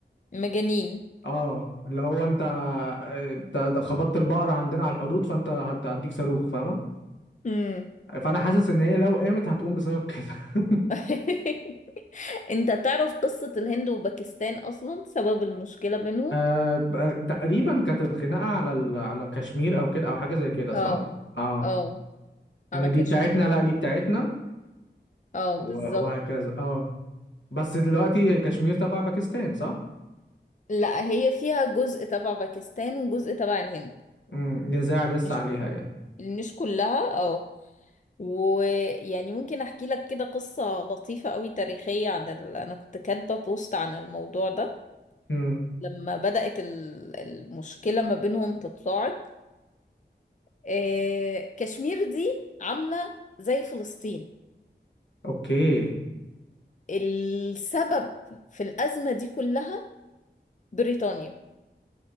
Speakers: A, on the left; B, on the left.
A: مجانين
B: اه اللي هو انت آه، انت ده خبطت البقره عندنا على الحدود فانت هد- هديك صاروخ فاهمه
A: امم
B: فانا حاسس ان هي لو قامت هتقوم بسبب كده <laughs>
A: <laughs> انت تعرف قصة الهند وباكستان اصلا سبب المشكلة بينهم
B: آه ب- تقريبا كانت الخناقه على ال... على كشمير او كده او حاجه زي كده صح
A: اه
B: اه
A: اه
B: انا
A: على
B: دي
A: كشمير
B: بتاعتنا لا دي بتاعتنا
A: اه
B: و-
A: بالظبط
B: وهكذا اه بس دلوقتي كشمير تبع باكستان صح
A: لا هي فيها جزء تبع باكستان وجزء تبع الهند
B: امم نزاع لسه
A: مش
B: عليها يعني
A: مش كلها اه ويعني ممكن احكي لك كده قصة لطيفة قوي تاريخية عن ال... انا كنت كاتبة بوست عن الموضوع ده
B: امم
A: لما بدأت ال- المشكلة ما بينهم تتصاعد آه، كشمير دي عاملة زي فلسطين
B: اوكي
A: السبب في الأزمة دي كلها بريطانيا